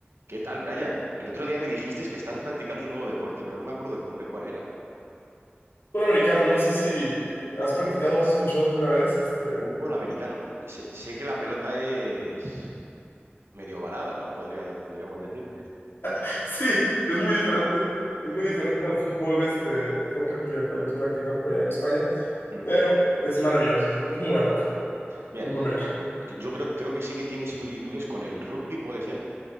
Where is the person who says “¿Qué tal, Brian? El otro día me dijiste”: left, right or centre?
Right